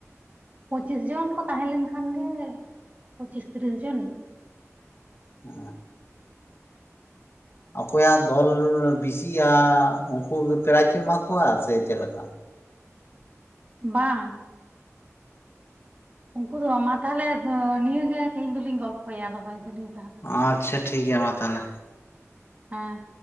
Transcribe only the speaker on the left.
ᱟᱻ ᱚᱠᱚᱭᱟᱜ ᱫᱚᱞ ᱵᱮᱥᱤᱜᱼᱟ, ᱩᱱᱠᱩ ᱜᱮ ᱯᱨᱟᱭᱤᱡᱽ ᱯᱮ ᱮᱢᱟ ᱠᱚᱣᱟ ᱥᱮ ᱪᱮᱫᱞᱮᱠᱟ?
ᱟᱪᱪᱷᱟ ᱴᱷᱤᱠ ᱜᱮᱭᱟ, ᱢᱟ ᱛᱟᱦᱚᱞᱮ᱾